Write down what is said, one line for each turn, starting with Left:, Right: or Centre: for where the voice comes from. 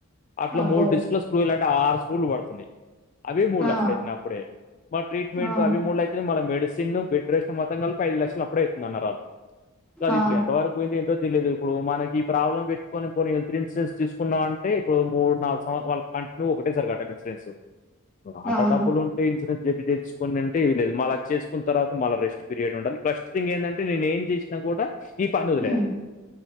Left: అట్ల
Centre: అబ్బో
Left: మూడు డిస్క్ లో స్క్రూ యాడ్ ట్ట ఆరు స్క్రులు వడుతున్నాయ్ అవి మూడు
Centre: ఆ
Left: లక్షల అయింతంది అప్పుడే మ ట్రీట్మెంట్
Centre: ఆ
Left: అవి మూడు అయితుయి మళ్ మెడిసిన్ చిన్న బెడ్ రెస్ట్ మొత్తం కల్ ముప్పైదు లక్షలు అప్పుడే అయితుందన్నర్ ఆల్ కాదు
Centre: ఆ
Left: ఇప్పుడు ఎంత వరకు పోయిందో ఏంటో తెలీదు ఇప్పుడు మనకి ప్రాబ్లం పెట్టుకొని పోని హెల్త్ ఇన్సూరెన్స్ తీసుకున్నా అంటే ఇప్పుడు మూడు నాలుగు సంవ వాళ్ళ కంటిన్యూ ఒకటే సారీ కట్టాలి ఇన్సూరెన్స్. అట
Centre: అవును
Left: డబ్బులుంటే ఇన్సూరెన్స్ చెప్ ఏం లేదు మళ్ళ చేసుకున్న తర్వాత మళ్ళ రెస్ట్ ఏ ఉండాలి ఫస్ట్ థింగ్ ఏంటంటే నేను ఏం చేసినా కూడా ఈ పని వదిలెయ్యలి
Centre: ఉమ్